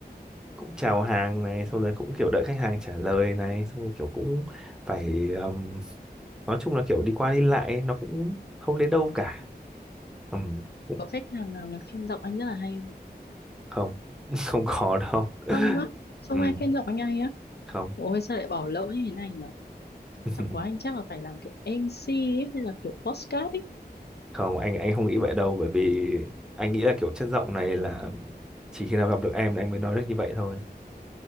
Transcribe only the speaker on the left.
có khách hàng nào là khen giọng anh rất là hay
không? không á không
ai khen giọng anh hay á
ôi sao lại bỏ lỡ như thế này nhở
giọng của anh chắc là phải làm kiểu MC ấy, hay là kiểu podcast ấy